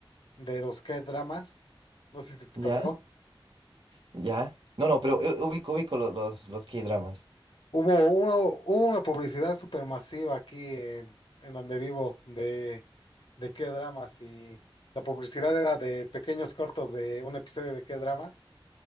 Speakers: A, on the left (about 65°); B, on the right (about 60°).
A: de los K-dramas. No sé si te
B: ¿Ya?
A: tocó.
B: ¿Ya? No, no, pero eh, ubico, ubico lo- los, los K-dramas.
A: Hubo uno- hubo una publicidad supermasiva aquí en, en donde vivo de, de qué dramas y la publicidad era de pequeños cortos de un episodio de qué dramas.